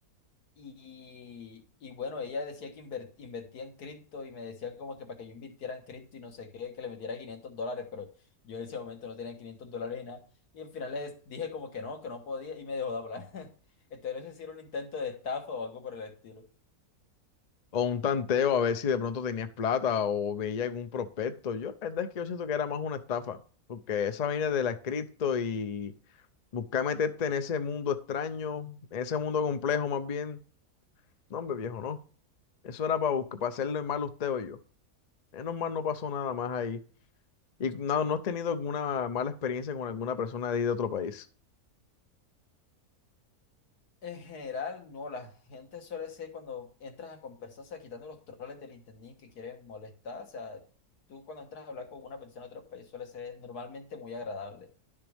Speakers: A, on the left (about 80°); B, on the left (about 45°).
A: Y, y bueno, ella decía que inver- invertía en cripto y me decía como que para que yo invirtiera en cripto y no sé qué, que le metiera 500 dólares, pero yo en ese momento no tenía 500 dólares ni nada. Y al final les dije como que no, que no podía y me dejó de hablar. <laughs> Entonces, no sé si era un intento de estafa o algo por el estilo.
B: O un tanteo a ver si de pronto tenías plata o veía algún prospecto. Yo la verdad es que yo siento que era más una estafa, porque esa vaina de la cripto y buscar meterte en ese mundo extraño, ese mundo complejo más bien, no, hombre viejo, no. Eso era para, para hacerle mal a usted o yo. Menos mal no pasó nada más ahí. Y no, no has tenido alguna mala experiencia con alguna persona de ahí de otro país.
A: En general, no, la gente suele ser cuando entras a conversar, o sea, quitando los troles del internet que quieren molestar, o sea, tú cuando entras a hablar con una persona de otro país suele ser normalmente muy agradable,